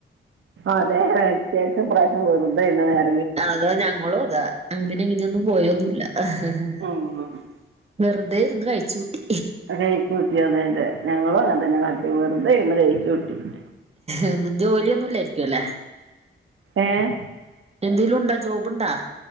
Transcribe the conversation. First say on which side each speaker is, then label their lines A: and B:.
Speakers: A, on the right; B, on the right.
A: അതെ വെക്കേഷൻ ഇപ്രാവശ്യം വെറുതെന്ന നേര
B: അതെ ഞങ്ങളും അതെ അൺ അങ്ങിനെ ഒന്നും പോയോന്നുല്ല ആഹ് ആഹ്
A: ഉം
B: വെറുതെ ഇരുന്ന് കഴിച്ച് കൂട്ടി
A: കഴിച്ച് കുട്ടി അതെ അതെ ഞങ്ങളും അങ്ങനെ തന്നെ കാട്ടിയത് വെറുതെ ഇരുന്ന് കയി ടി ന്നെ
B: ഇന്ന്ജോലി ഒന്നും ഇല്ലായിരിക്ക ലോ
A: എഹ്
B: എന്തേലും ജോബ് ഇണ്ടാ?